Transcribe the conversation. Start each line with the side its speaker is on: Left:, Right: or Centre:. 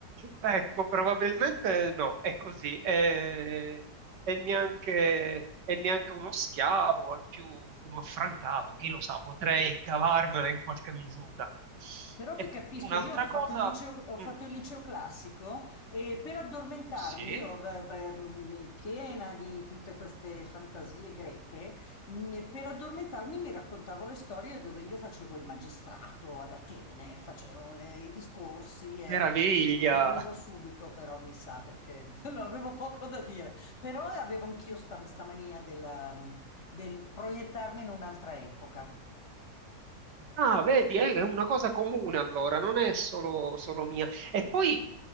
Right: Ecco, probabilmente no, è così, è, è neanche, è neanche uno schiavo, al più uno affrancato, chi lo sa, potrei cavarmela in qualche misura.
Left: Però
Right: E
Left: ti capisco,
Right: un'altra
Left: io ho fatto
Right: cosa,
Left: il liceo, ho fatto
Right: mm,
Left: il liceo classico e per addormentarmi,
Right: sì,
Left: io, beh, beh, mi- piena di tutte queste fantasie greche, mi- per addormentarmi mi raccontavo le storie dove io facevo il magistrato ad Atene, facevo le- i discorsi e
Right: meraviglia,
Left: mh, dormivo subito, però mi sa perché <laughs> non avevo poco da dire. Però avevo anch'io sta, sta mania della, mh, del proiettarmi in un'altra epoca.
Right: Ah, vedi, eh, è una cosa comune allora, non è solo, solo mia. E poi